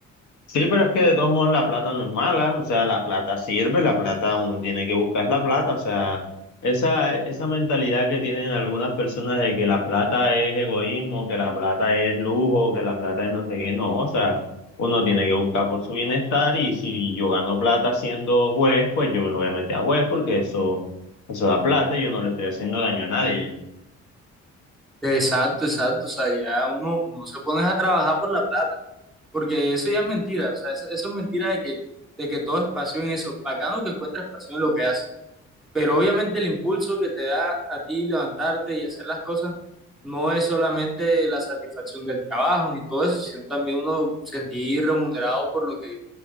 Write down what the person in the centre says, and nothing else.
Exacto, exacto, o sea, ya uno, uno se pone a trabajar por la plata, porque eso ya es mentira, o sea, eso, eso es mentira de que, de que todo es pasión en eso, bacano que encuentra pasión en lo que hace. Pero obviamente el impulso que te da a ti levantarte y hacer las cosas no es solamente la satisfacción del trabajo ni todo eso, sino también uno sentir remunerado por lo que,